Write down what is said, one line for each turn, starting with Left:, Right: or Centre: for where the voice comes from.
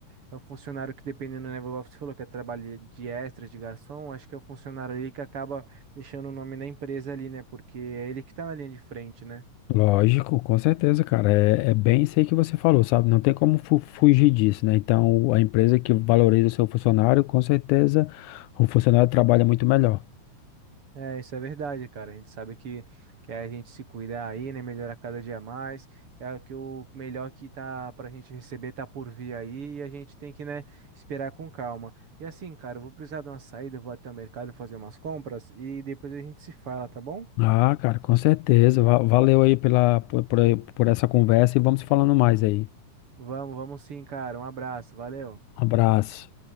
Right: é o funcionário que, dependendo, né, igual você falou, que é trabalho de extra, de garçom, acho que é o funcionário ali que acaba deixando o nome da empresa ali, né? Porque é ele que tá na linha de frente, né?
Left: Lógico, com certeza, cara. É, é bem isso aí que você falou, sabe? Não tem como fu- fugir disso, né? Então, o- a empresa que valoriza o seu funcionário, com certeza, o funcionário trabalha muito melhor.
Right: É, isso é verdade, cara. A gente sabe que, que é a gente se cuidar aí, né? Melhorar cada dia mais. É que o melhor que tá pra gente receber tá por vir aí e a gente tem que, né, esperar com calma. E assim, cara, eu vou precisar de uma saída, eu vou até o mercado fazer umas compras e depois a gente se fala, tá bom?
Left: Ah, cara, com certeza. Va- Valeu aí pela, por, por por essa conversa e vamos falando mais aí.
Right: Vamos, vamos sim, cara. Um abraço, valeu.
Left: Um Abraço.